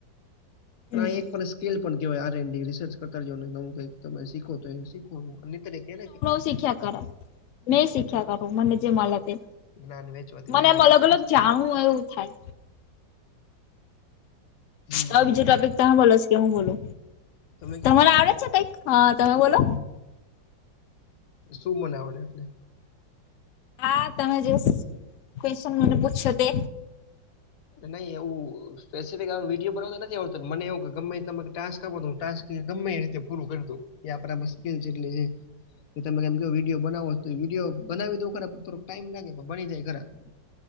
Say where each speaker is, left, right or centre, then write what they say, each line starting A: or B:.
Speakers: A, on the left; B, on the left.
A: હમ
B: આ એક પણ સ્કેલ પણ કેવાય આર રિસર્ચ કરતા જ ને ક તમે શીખો તો શીખવુ <unintelligible>
A: શીખ્યા કરાય મે શીખ્યા કરું મને જે મલે તે
B: જ્ઞાન વેચવાથી
A: મને
B: વધે
A: એમ અલગ અલગ
B: વેચતા
A: જાણવું
B: જવું
A: એવું થાય.
B: હમ
A: તો
B: નવું
A: બીજો
B: રિસર્ચ
A: ટોપિક તમે બોલો છ કે હું બોલુ
B: તમે કહો
A: તમારે
B: તમે
A: આવડે છે કઈક હા તમે બોલો.
B: શું મને આવડે એટલે?
A: હા તમે જે કવેશ્ન મને પૂછ્યો તે?
B: નહી એવું સ્પેસિફિક આ વિડીયો બનાવતા નથી આવડતો. મને એવું કે ગમે તમે ટાસ્ક આપો ટાસ્ક ગમે એ રીતે પૂરું કરી દઉ એ આપરા માં સ્કીલ જેટલી છે. કે તમે કેવ વિડીયો બનાવો તો વિડીયો બનાવી દઉ ખરા થોડોક ટાઈમ લાગે. બની જાય ખરા